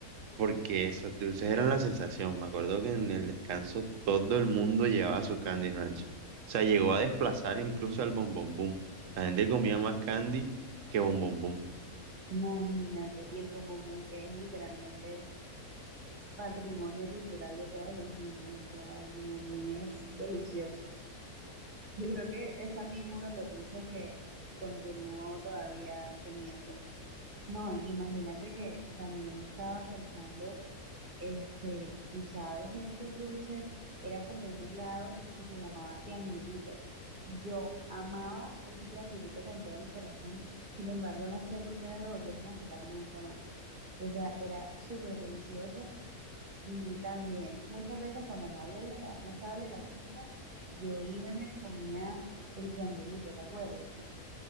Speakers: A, on the right; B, on the right.
A: porque esos dulces eran la sensación. Me acuerdo que en el descanso todo el mundo llevaba su Candy Ranch. O sea, llegó a desplazar incluso al Bon Bon Boom. La gente comía más candy que Bon Bon Boom.
B: Imagínate, y el bombombón que es literalmente patrimonio cultural de todos los niños. O sea, el bombombón es delicioso. Yo creo que es también uno de los dulces que continuó todavía comiendo. No, y imagínate que también estaba pensando, este, tú sabes, estos dulces, era como un helado que se llamaba triangulito. Yo amaba ese triangulito con todo mi corazón, sin embargo, no sé por qué no lo volvieron a sacar nunca más. O sea, era súper delicioso y también muchas veces cuando no había el de la, no estaba el de la chicha, yo iba y me comía el triangulito, ¿te acuerdas?